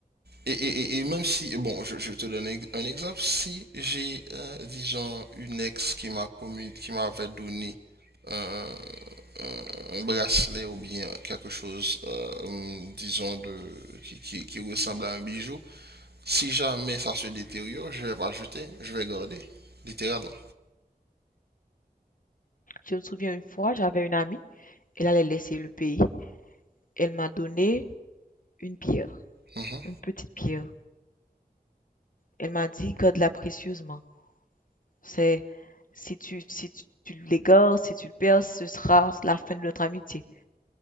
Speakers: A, on the right (about 85°); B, on the left (about 55°).
A: Et, et- et- et même si, bon, je, je te donne un exemple, si j'ai, euh, disons, une ex qui m'a commu- qui m'avait donné un, un- bracelet ou bien quelque chose, euh, hum, disons, de, qui, qui, qui ressemble à un bijou, si jamais ça se détériore, je vais pas jeter, je vais garder, littéralement.
B: Je me souviens une fois, j'avais une amie, elle allait laisser le pays. Elle m'a donné une pierre,
A: Mhm.
B: une petite pierre. Elle m'a dit, garde-la précieusement. C'est, si tu, si tu, tu l'égares, si tu le perds, ce sera la fin de notre amitié.